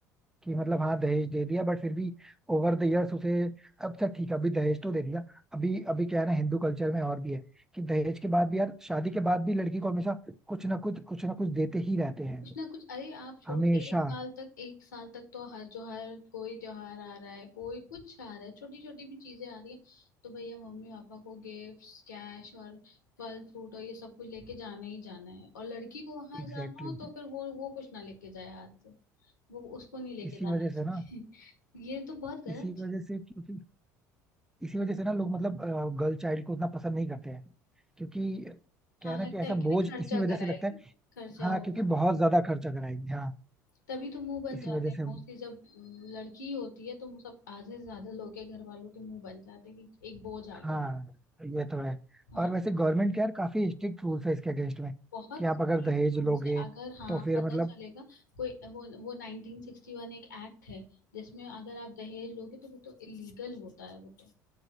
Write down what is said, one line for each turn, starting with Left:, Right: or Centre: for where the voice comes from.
Centre: कि मतलब हाँ दहेज दे दिया बट फिर भी ओवर द इयर्स उसे अब तक ठीक है अभी दहेज तो दे दिया अभी अभी क्या है ना हिंदू कल्चर में और भी है कि दहेज के बाद भी यार शादी के बाद भी लड़की को हमेशा कुछ ना कुछ कुछ ना कुछ देते ही रहते हैं
Left: कुछ ना कुछ अरे आप छोड़ो
Centre: हमेशा
Left: एक साल तक एक साल तक तो हर जो हर कोई त्योहार आ रहा है कोई कुछ आ रहा है छोटी छोटी भी चीजें आ रही है तो भैया मम्मी पापा को गिफ्ट्स कैश और फल फ्रूट और ये सब कुछ लेके जाना ही जाना है और लड़की को वहां
Centre: Exactly
Left: जाना हो
Centre: exactly.
Left: तो फिर वो वो कुछ ना लेके जाए हाथ से वो उसको नहीं लेके
Centre: इसी
Left: जाना
Centre: वजह से ना
Left: <laughs> ये तो बहुत गलत
Centre: इसी
Left: चीज
Centre: वजह से क्योंकि इसी वजह से ना लोग मतलब गर्ल चाइल्ड को उतना पसंद नहीं करते हैं क्योंकि क्या
Left: हाँ
Centre: है ना
Left: लगता
Centre: कि ऐसा
Left: है कि
Centre: बोझ
Left: ना खर्चा
Centre: इसी वजह
Left: कराएगी
Centre: से लगता है
Left: खर्चा
Centre: हाँ
Left: होगा
Centre: क्योंकि बहुत ज्यादा खर्चा कराएंगे हाँ
Left: तभी तो मुंह बन
Centre: इसी
Left: जाते
Centre: वजह
Left: हैं
Centre: से
Left: मोस्टली जब अम, लड़की होती है तो मुंह- सब आधे से ज्यादा लोग के घर वालों के मुंह बन जाते हैं कि एक बोझ आ गया
Centre: हाँ ये तो है
Left: हाँ
Centre: और वैसे गवर्नमेंट के यार काफी स्ट्रिक्ट रूल्स है इसके अगेंस्ट में
Left: बहुत
Centre: कि आप
Left: स्ट्रिक्ट
Centre: अगर दहेज
Left: रूल्स
Centre: लोगे
Left: है अगर हाँ
Centre: तो फिर
Left: पता
Centre: मतलब
Left: चलेगा कोई वो वो 1961 एक एक्ट है जिसमें अगर आप दहेज लोगे तो वो तो इलीगल होता है वो तो